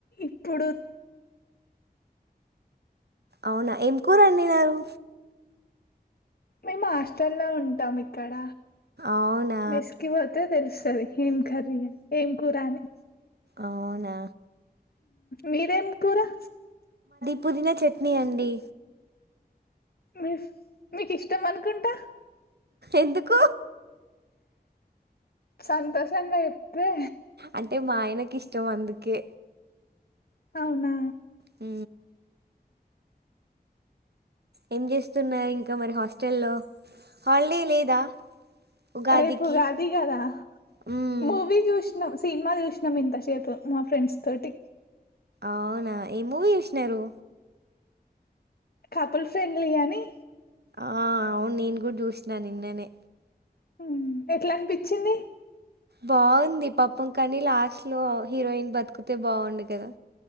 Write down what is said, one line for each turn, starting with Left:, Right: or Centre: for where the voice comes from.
Left: ఇప్పుడు
Right: అవునా ఏం కూరండిన్నారు
Left: మేము హాస్టల్లో ఉంటాం ఇక్కడ
Right: అవునా?
Left: మెస్కిపోతే తెలుస్తది ఏం కూర్రి ఏం కురాఅని
Right: అవునా?
Left: మీది ఏం కూరా
Right: పొదినచట్నీ అండి
Left: మీఫ్ మీకు ఇష్టం అనుకుంటా
Right: ఎందుకు
Left: సంతోషంగా చెప్పే
Right: అంటే మా ఆయనకి ఇష్టం అందుకే
Left: అవునా
Right: అ ఏంచేస్ స్తున్నాయి ఇంకా మరి హాస్టల్లో హాలిడే లేదా ఉగాదికి?
Left: రేపు ఉగాది కదా
Right: హ్మ్.
Left: మూవీని చూస్ సినిమా చూసినాం ఇంత సేపు మాఫ్రెండ్స్ తోటి
Right: అవునా ఏ మూవీ చుసినారు
Left: కాపులు ఫెన్లీఅనీ
Right: ఆ అవును నేను కూడా చూసిన నిన్ననే
Left: హు ఎట్లా అనిపించింది
Right: బాగుంది పాపం కానీ లాస్ట్ లో హీరోయిన్ బతుకితే బాగుండు కదా